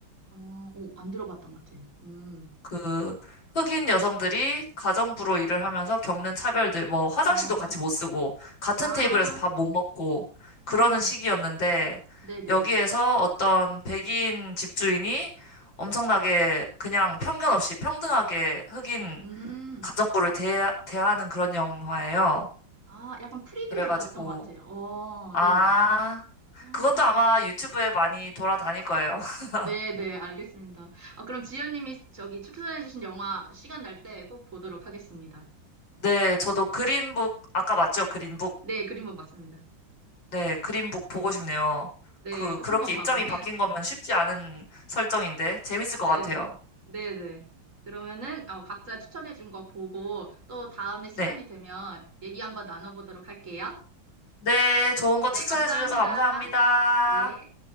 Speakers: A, on the right; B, on the left.
A: 어, 오, 안 들어봤던 것 같아요. 음.
B: 그 흑인 여성들이 가정부로 일을 하면서 겪는 차별들, 뭐 화장실도
A: 아,
B: 같이 못 쓰고 같은
A: 아,
B: 테이블에서 밥 못 먹고 그러는
A: 아,
B: 시기였는데
A: 네네.
B: 여기에서 어떤 백인 집주인이 엄청나게 그냥 편견 없이 평등하게 흑인
A: 음,
B: 가정부를 대, 대하는 그런 영화예요.
A: 아, 약간 프리뷰를
B: 그래가지고
A: 봤던 것 같아요. 어,
B: 아
A: 네네. 아,
B: 그것도 아마
A: 그렇군.
B: 유튜브에 많이 돌아다닐 거예요. <laughs>
A: 네네, 알겠습니다. 아, 그럼 지연님이 저기 추천해주신 영화 시간 날 때 꼭 보도록 하겠습니다.
B: 네, 저도 그린북 아까 맞죠? 그린북.
A: 네, 그림은 맞습니다.
B: 네, 그린북 보고 싶네요.
A: 네,
B: 그,
A: 꼭
B: 그렇게
A: 한번 봐보세요.
B: 입장이 바뀐 거면 쉽지 않은 설정인데, 재밌을
A: <laughs> 네네.
B: 것 같아요.
A: 네네. 그러면은, 어, 각자 추천해준 거 보고 또 다음에 시간이
B: 네.
A: 되면 얘기 한번 나눠보도록 할게요.
B: 네, 좋은 거
A: 네,
B: 추천해
A: 감사합니다.
B: 주셔서 감사합니다.
A: 네.